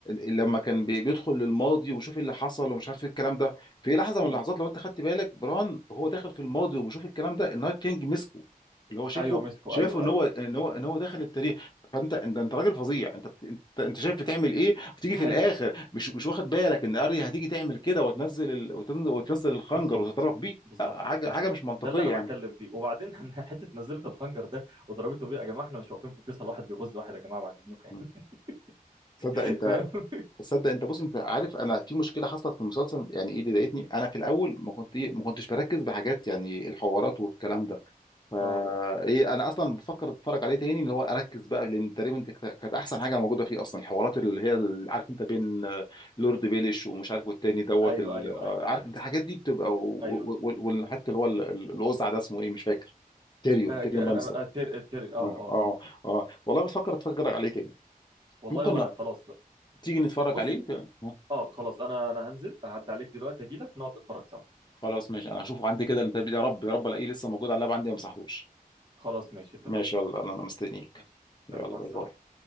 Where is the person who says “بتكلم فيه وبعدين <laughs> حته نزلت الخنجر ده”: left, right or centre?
Right